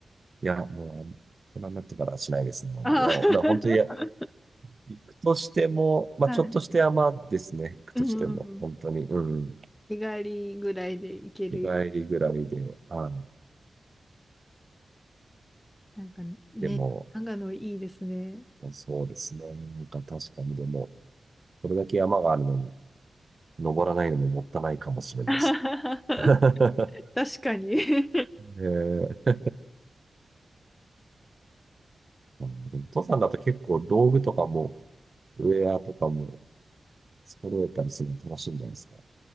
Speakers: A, on the right (about 45°); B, on the left (about 15°).
A: いや、もう、大人になってからはしないですね。
B: あー
A: いや、だから本当に、いや
B: <laughs>
A: 行くとしても、まあ、
B: はい。
A: ちょっとして山ですね。行くとしても、
B: うん。
A: 本当に。うん。
B: 日帰りぐらいで行けるよ。
A: 日帰りぐらいで、あ
B: なんかね、
A: でも、
B: 長野いいですね。
A: そうですね。なんか確かに、でも、これだけ山があるのに、登らないのももったいないかもしれないですね。
B: <laughs>
A: <laughs>
B: 確かに <laughs>
A: ええあーでも登山だと結構道具とかも、ウェアとかも揃えたりするの楽しいんじゃないですか。